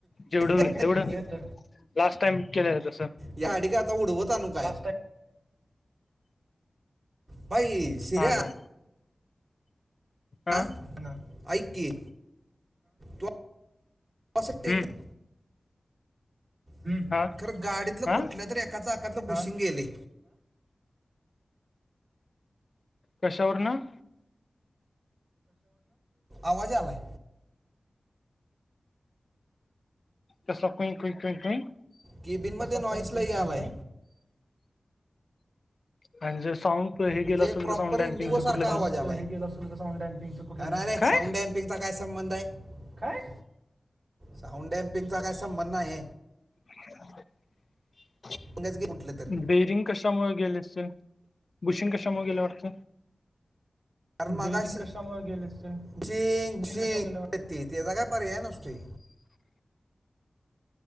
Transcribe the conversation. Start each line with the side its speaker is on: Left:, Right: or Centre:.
Left: जेवढं होईल
Right: बघू
Left: तेवढं.
Right: येतो
Left: लास्ट टाईम केलेला तसं.
Right: गाडी काय आता उडवत आणू काय बाई. शिर्या
Left: हा ना. हा
Right: आं ऐक की तू असं
Left: हम्म
Right: <inaudible> हम्म
Left: हा
Right: खरं गाडीतलं
Left: हा
Right: कुठल्या तरी एका चाकातलं बुशींग गेलय
Left: कशावर ना
Right: आवाज यायलाय
Left: तसा कु कुंइग कुइंग कुइंग कुइंग.
Right: केबिन मध्ये नॉईस लई आलाय.
Left: म्हणजे साऊंड हे
Right: म्हणजे
Left: गेलं असेल
Right: प्रॉपर
Left: तर साऊंड
Right: इंडिगो
Left: डॅम्पिंगचं
Right: सारखा
Left: कुठलं
Right: आवाज
Left: तरी
Right: आलाय, डायरेक्ट साऊंड एंड.
Left: काय
Right: <inaudible> सौंडमपिंक चा काय संबंध आहे, काय, साऊंडॅम पिंक चा काय संबंध नाही.
Left: <inaudible>
Right: पणच <unintelligible> कुठलं तर
Left: बेरिंग कशामुळे गेले असतील? बुशिंग कशामुळे गेलं वाटतं?
Right: कारण मगाशी झिंक झिंक त्याचा काय पर्याय नसतोय.